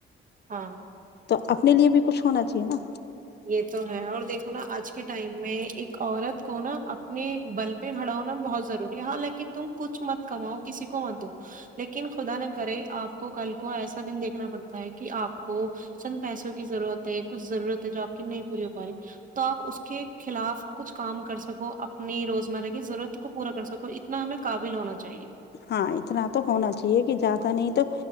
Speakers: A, on the right (about 40°); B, on the left (about 55°).
A: ہاں
B: تو اپنے لیے بھی کچھ ہونا چاہیے نا
A: یہ تو ہے اور دیکھو نا آج کے ٹائم میں ایک عورت کو نا اپنے بل پہ ہڑا ہوناا بہت ضروری ہے حالانکہ تم کچھ مت کماؤ کسی کو مت دو لیکن خدا نہ کرے آپ کو کل کو ایسا دن دیکھنا پڑتا ہے کہ آپ کو چند پیسوں کی ضرورت ہے کچھ ضرورت ہے جو آپ نہیں پوری ہو پا رہی تو آپ اس کے خلاف کچھ کام کر سکو اپنی روزمرہ کی ضرورت کو پورا کر سکو اتنا ہمیں قابل ہونا چاہیے
B: ہاں اتنا تو ہونا چاہیے کہ زیادہ نہیں تو